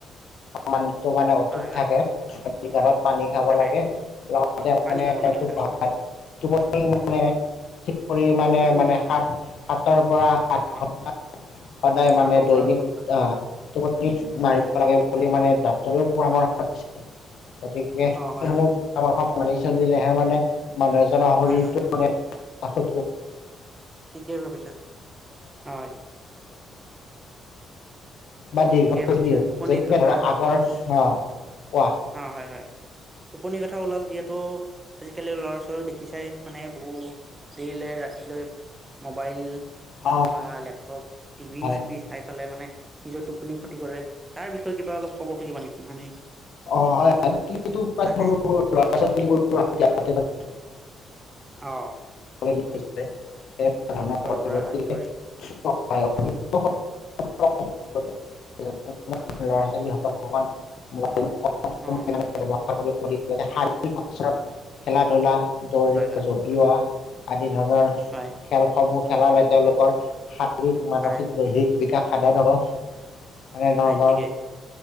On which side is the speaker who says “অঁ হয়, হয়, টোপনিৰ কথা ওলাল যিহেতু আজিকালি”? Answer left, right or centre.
Right